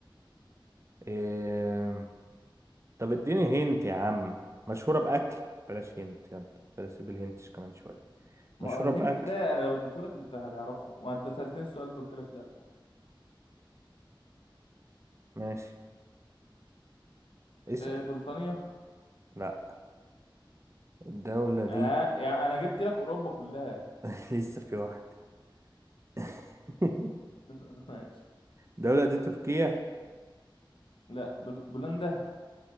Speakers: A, on the right (about 35°); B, on the left (about 85°).
A: إيه... طب اديني هنت يا عم مشهورة باكل بلاش هنت يلا بلاش سيب الهنتش كمان شوية مشهورة
B: ما هو الهنت
A: باكل
B: ده أنا لو اديتهولك أنت هتعرفه ما أنت سألتني السؤال ده قلت لك لأ
A: ماشي اسأل
B: آه بريطانيا
A: لا الدولة دي
B: آه يعني أنا جبت لك أوروبا كلها
A: <laughs> لسه في واحدة <laughs>
B: <laughs> ماشي
A: الدولة دي تركيا
B: لأ بل... بولندا